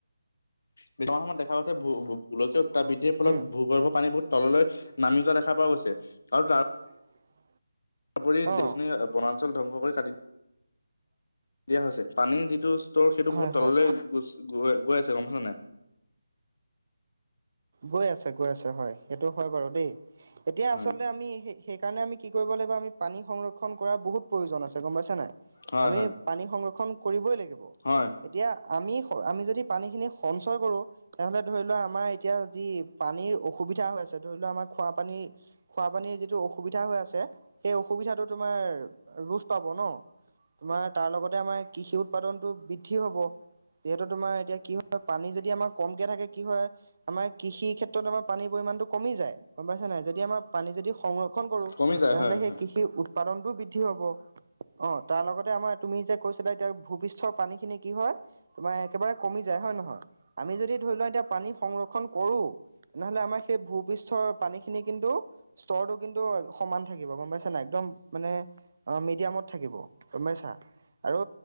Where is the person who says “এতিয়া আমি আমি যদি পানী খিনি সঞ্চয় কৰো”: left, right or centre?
Right